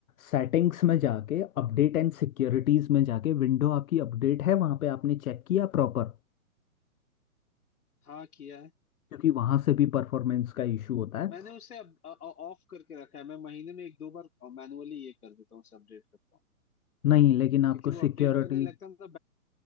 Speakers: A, on the left; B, on the left.
A: सेटिंग्स में जाके अपडेट एंड सिक्योरिटीज़ में जाके विंडो आपकी अपडेट है वहाँ पे आपने चेक किया प्रॉपर
B: हाँ किया है
A: क्योंकि वहाँ से भी परफॉर्मेंस का इशू होता है
B: मैंने उसे अब ऑफ करके रखा है मैं महीने में एक दो बार मैनुअली ये कर देता हूँ उसे अपडेट करता हूँ
A: नहीं लेकिन
B: क्योंकि
A: आपको
B: वो
A: सिक्योरिटी
B: अपडेट करने लगता है ना